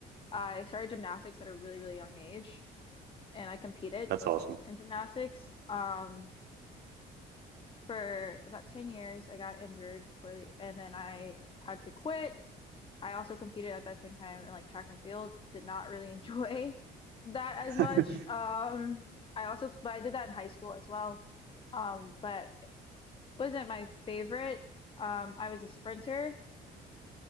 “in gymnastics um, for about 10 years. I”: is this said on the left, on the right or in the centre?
Left